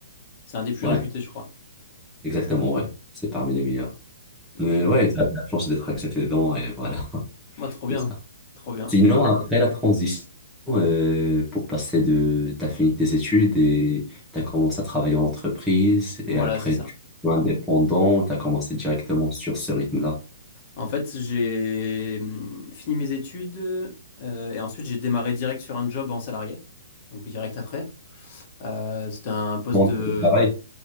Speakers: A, on the left; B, in the centre.
A: C'est un des plus
B: Ouais,
A: réputés, je crois.
B: exactement, ouais. C'est parmi les meilleurs. Mais
A: Ok.
B: ouais, t'as la chance d'être accepté dedans et voilà, <laughs>
A: Moi, trop bien.
B: c'est ça.
A: Trop bien.
B: Sinon, après la transition, euh, pour passer de... T'as fini tes études et t'as commencé à travailler en entreprise et
A: Voilà,
B: après,
A: c'est ça.
B: tu es indépendant, t'as commencé directement sur ce rythme-là.
A: En fait, j'ai hum, fini mes études euh, et ensuite, j'ai démarré direct sur un job en salarié. Donc, direct après. Euh, c'était un poste
B: Bon,
A: de...
B: c'est pareil.